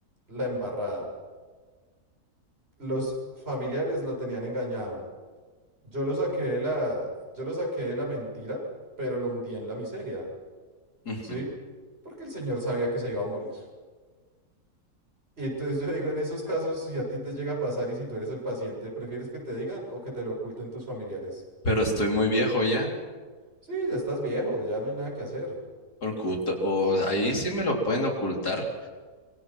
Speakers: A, on the right; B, on the left.
A: la embarrada. Los familiares lo tenían engañado. Yo lo saqué de la, yo lo saqué de la mentira, pero lo hundí en la miseria,
B: ujú.
A: ¿sí? Porque el señor sabía que se iba a morir. Y entonces yo digo, en esos casos, si a ti te llega a pasar y si tú eres el paciente, ¿prefieres que te digan o que te lo oculten tus familiares?
B: Pero estoy muy viejo ya.
A: Sí, ya estás viejo, ya no hay nada que hacer.
B: Oculta, o ahí sí me lo pueden ocultar,